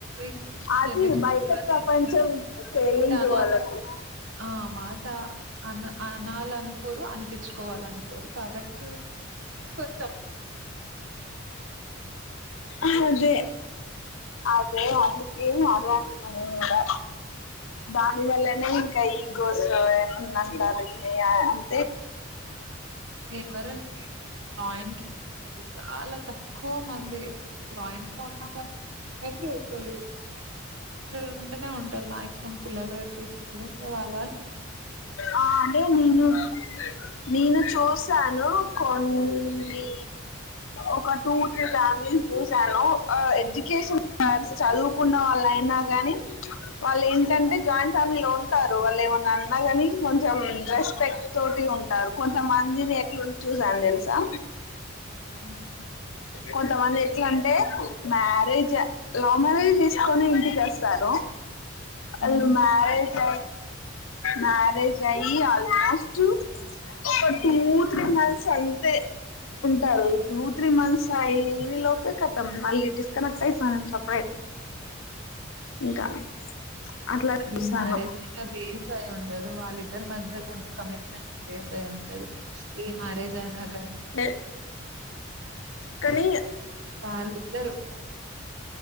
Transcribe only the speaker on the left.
అది
బయట
ప్రపంచం తెలిదు
వాళ్ళకు
అదే అదే అందుకె అదే అంటున్న నేను గుడా దాని వల్లనే కై గోస్ ఉన్నాం కాబట్టి అన్
ఆ అంటే నేను నేను చూసాను కొన్ని ఒక టూ త్రీ ఫ్యామిలీస్ చూసాను అ ఎడ్యుకేషన్ చదువుకున్న వాళ్ అయినా గానీ వాళ్ళు ఏంటంటే జాయింట్ ఫ్యామిలీలో ఉంటారు వాళ్ళు ఏమనా అన్న కానీ కొంచెం రెస్పెక్ట్ తోటి ఉంటారు కొంచెం అన్ని రేట్లు చూసాను తెలుసా
కొంతమంది ఎట్లంటే మ్యారేజ్ లవ్ మ్యారేజ్ చేసుకొని ఇంటికి వస్తారు
అండ్ మ్యారేజ్ మారేజయి అల్మోస్ట్ ఒక టూ త్రీ మంత్స్ అంతే ఉంటారు టూ త్రీ మంత్స్ అయి ఈలోపే కతం మళ్ళీ డిస్కనెక్ట్ అయిసాను నే సప్రేట్ ఇంకా అట్లా
చూసాను
న కని